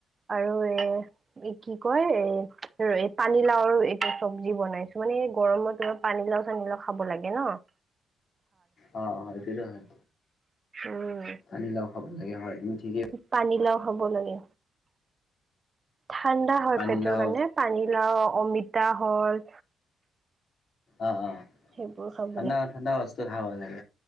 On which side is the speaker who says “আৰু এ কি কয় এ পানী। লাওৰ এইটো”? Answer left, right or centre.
Right